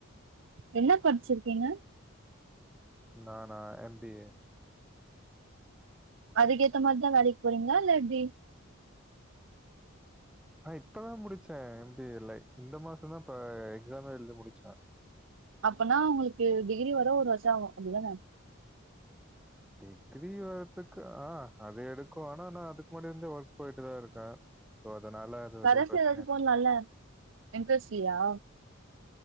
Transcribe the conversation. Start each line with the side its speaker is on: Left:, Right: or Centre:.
Right: என்ன படிச்சிருக்கீங்க
Centre: நானா எம் பி ஏ
Right: அதுக்கேத்த மாரிதா வேலைக்கு போறீங்களா இல்ல எப்டி
Centre: ஆ இப்பதா முடிச்சே எம் பி யே லை இந்த மாசோ தா பா எக்ஸாமே எழுதி முடிச்சே
Right: அப்பனா உங்களுக்கு டிகிரி வர ஒரு வருஷம் ஆகு அப்டிதான
Centre: டிகிரி வர்ரதுக்கு ஆ அது எடுக்கும் ஆனா நா அதுக்கு முன்னாடி இருந்தே ஒர்க் போயிட்டுதா இருக்கே சோ அதனால அது
Right: கரஸ்ல
Centre: எதுவு பிரச்சன
Right: ஏதாச்சு
Centre: இல்ல
Right: போட்லால்ல இன்ட்ரஸ்ட் இல்லியா